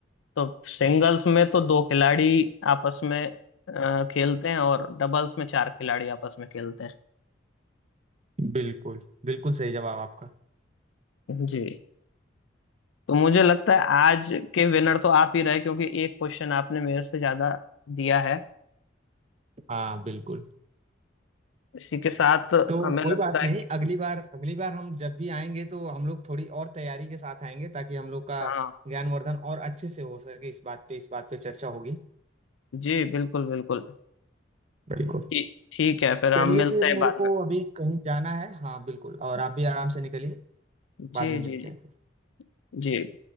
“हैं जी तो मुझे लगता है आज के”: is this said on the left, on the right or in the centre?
Left